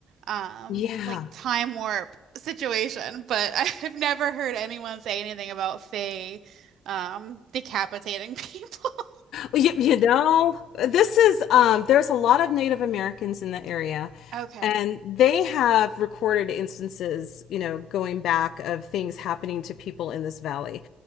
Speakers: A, on the right; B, on the left.
A: um
B: Yeah.
A: like time warp situation. But <laughs> I've never heard anyone say anything about fae um decapitating people. <laughs>
B: You, you know, this is um there's a lot of Native Americans in the area
A: Okay.
B: and they have recorded instances, you know, going back of things happening to people in this valley.